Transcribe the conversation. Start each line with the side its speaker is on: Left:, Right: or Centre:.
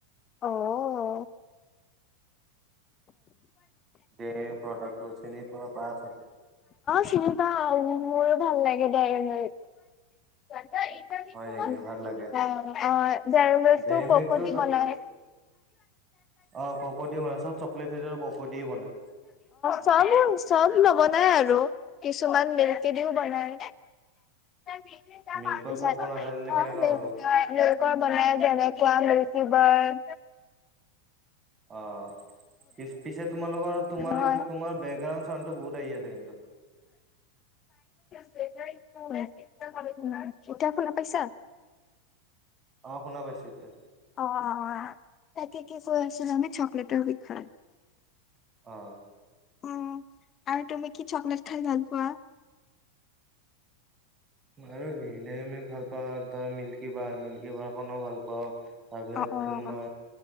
Left: অও। অ
Right: ডেইৰী মিল্ক প্ৰডাক্টটো চিনি পোৱা পাই চাগে
Left: চিনি পাওঁ। ভাল লাগে দাইৰিমিলক। অ অঝাৰু
Right: হয় নেকি ভাল লাগে
Left: গছটো
Right: ডেইৰী
Left: বক
Right: মিল্কটো
Left: বনাই।
Right: অহ ক'ক' দি বনাই চব চকলেট ক'ক' দিয়ে বনাই
Left: চাম ইউ নবনাই। আৰু কিছুমান মিল্ক দিও বনাই। মিলকৰ
Right: মিল্কৰ ক'ক' নাঢালিলে কেনেকা হ'ব
Left: বনাই। যেনেকুৱা মিলকিবাৰ <inaudible>
Right: অহ। পিছে তোমালোকৰ তোমাৰ
Left: হয়।
Right: বেকগ্ৰাউণ্ড চাউডটো বহুত আহি আছে কিন্তু।
Left: এতিয়া শুনা পাইছা?
Right: অহ, শুনা পাইছোঁ এতিয়া।
Left: অ', অ', তাকে কি কৈ আছিলো আমি চকলেটৰ হৈ হয়।
Right: অহ।
Left: উম, আৰু তুমি কি চকলেট খাই ভাল পোৱা?
Right: আৰু কি ডেৰিমিলক ভাল পাওঁ আৰু মিল্কী বাৰ মিল্কীবাৰ খনো ভাল পাওঁ। তাৰপিছত
Left: অ', অ',
Right: তোমাৰ